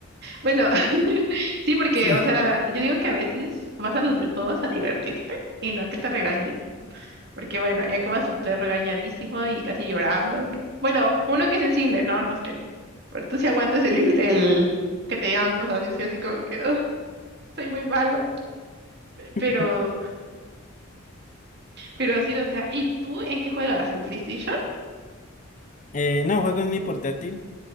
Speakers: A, on the right (about 50°); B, on the left (about 35°).
A: Bueno, <laughs> sí, porque,
B: Sí.
A: o sea, yo digo que a veces vas a los videojuegos a divertirte y no a que te regañen. Porque, bueno, ahí acabas súper regañadísimo y casi llorando, ¿no? Bueno, uno que es sensible, ¿no? No sé, tú. Pero Tú sí aguantas el, el que te digan cosas. Yo soy así como que, "Ugh, soy muy mala.
B: <laughs>
A: Pero Pero sí, o sea, ¿y tú en qué juegas? ¿En PlayStation?
B: Eh, no, juego en mi portátil.